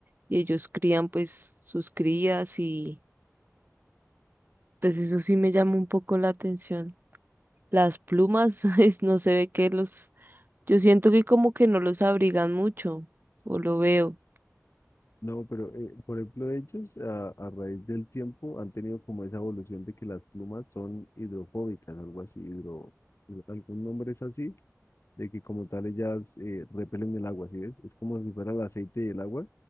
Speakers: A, on the right (about 40°); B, on the left (about 55°).
A: y ellos crían pues sus crías y pues eso sí me llama un poco la atención. Las plumas, <laughs> es- no se ve que los, yo siento que como que no los abrigan mucho, o lo veo,
B: No, pero eh, por ejemplo ellos a, a raíz del tiempo han tenido como esa evolución de que las plumas son hidrofóbicas, algo así, hidro, hidro- algún nombre es así, de que como tal ellas eh, repelen el agua, ¿sí ves? Es como si fuera el aceite y el agua,